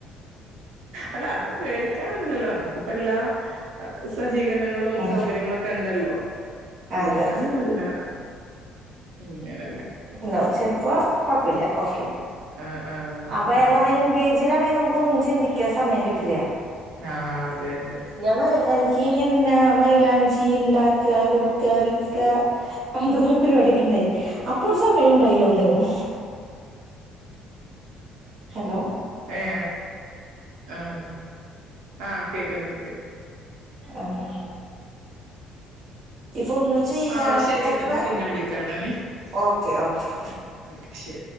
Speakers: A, on the right; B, on the right.
A: അല്ല അത് പേടിക്കാനൊന്നില്ലല്ലോ നമുക്കിപ്പ എല്ലാം സജ്ജീകരണങ്ങളും
B: ഉം
A: സൗകര്യങ്ങളൊക്കെണ്ടല്ലോ പേടിച്ചാനൊന്നുംല്ല
B: അതെ
A: ഇങ്ങന
B: നാവു ചെൽപ്പോ കുഴപ്പല്ല ഓക്കെ
A: ആഹ് ആഹ്
B: അപ്പൊ
A: അത്
B: നമ്മ
A: ശരി
B: എൻഗേജ്ഡാണെ നമുക്ക് ഒന്നും ചിന്തിക്കാൻ സമയം കിട്ടില്ല
A: ലാ അതെ അതെ
B: ഞൻ മ എനിക്ക് ഹെന്ന മൈലാഞ്ചി ണ്ടാക്ക കൊടുക്ക വിക്കാ അങ്ങനത്തെ കൊറെ പരിപാടിയൊക്കെണ്ടായി അപ്പൊ ഒരു സമയണ്ടായില്ലാ ഒന്നിനും ഹലോ
A: ഏഹ് ആഹ് ആഹ് ആഹ് കേക്കുന്നുണ്ട് കേക്കുന്നു
B: ആഹ് ഇപ്പൊ ഒന്നും ചെയ്യാത്തപ്പ
A: ആഹ് ശരിട്ടോ എന്നാ പിന്നെ വിളിക്കാട്ടന്നെ
B: ഓക്കെ ഓക്കെ
A: അക്ഷെ